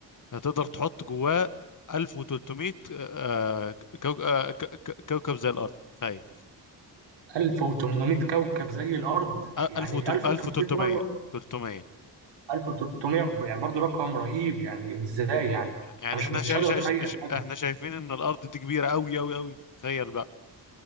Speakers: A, on the left; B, on the right.
A: هتقدر تحط جواه 1300 آه، كوك- آه، ك- ك- كوكب زي الارض تخيل
B: 1800 كوكب زي الأرض يعني
A: 1000
B: 1800
A: 1300
B: مرة
A: 300
B: 1300 يعني برضو رقم رهيب يعني إزاي يعني
A: يعني
B: أنا مش
A: احنا
B: مش
A: شا...
B: قادر
A: شا...
B: أتخيل
A: شا... شا-
B: حاجة
A: احنا شايفين ان الارض دي كبيرة قوي قوي قوي تخيل بقى